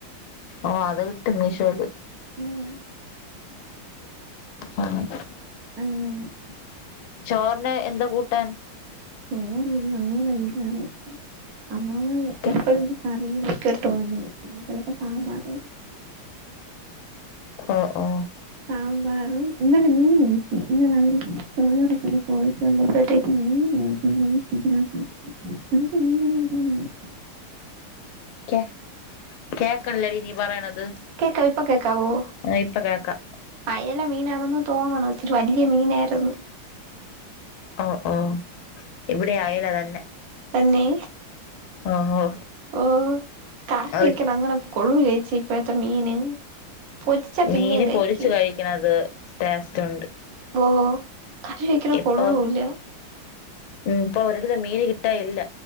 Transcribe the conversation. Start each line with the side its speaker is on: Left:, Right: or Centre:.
Left: ഓ അത് കിട്ടും മീഷോല്
Right: ഉം
Left: ആഹ്
Right: ആഹ്
Left: ചോറിന് എന്താ കൂട്ടാൻ
Right: ചോറിന്ന് അമ്മമ്മടെ വീട്ടിലാണ് വെച്ച അമ്മമ്മ
Left: കേ
Right: എപ്പോഴും ഒരു കറി വെ ക്കും ഒരു തോരനും വെക്കും ചിലപ്പോ സാമ്പാറായിരിക്കും
Left: ഓ ഓ
Right: സാമ്പാറും ഇന്നലെ മീൻ മേടിച്ച് ഇന്ന് രാവിലെ ഇന്നലെ ഇവരെ പോയിട്ട് വന്നപ്പഴ്ത്തേക്കും മീൻ മേടിച്കൊണ്ട് വന്ന് ഫ്രജിനാത് വെച്ച് അവിടേക്ക് മീൻ വല്ലോം കിട്ടാറുണ്ടോ
Left: കേ കേക്കണില്ലടി നീ പറയണത്
Right: കേക്കാവോ ഇപ്പൊ കേക്കാവോ
Left: ആഹ് ഇപ്പ കേക്കാം
Right: അയല മീനാണെന്ന് തോന്നണു. ഇച്ചിരി വല്യ മീനായിര്ന്നു.
Left: ഒഹ് ഒഹ് ഇവിടെ അയല ത
Right: തന്നെ.
Left: ഓഹോ
Right: ഓഹ് കറി
Left: അത്
Right: വെക്കാന് അങ്ങനെ കൊള്ളൂലേച്ചി ഇപ്പഴത്തെ മീന്. പൊരിച്ചാ പിന്നെയും
Left: മീന്
Right: കഴിക്കും
Left: പൊരിച്ച് കഴിക്കണത് ടേസ്റ്റ് ഉണ്ട്.
Right: ഓഹ് കറി വെക്കണ
Left: ഇപ്പൊ
Right: കൊള്ളൂല.
Left: ഉം ഇപ്പൊ ഒരിടത്തും മീന് കിട്ടാ ഇല്ല.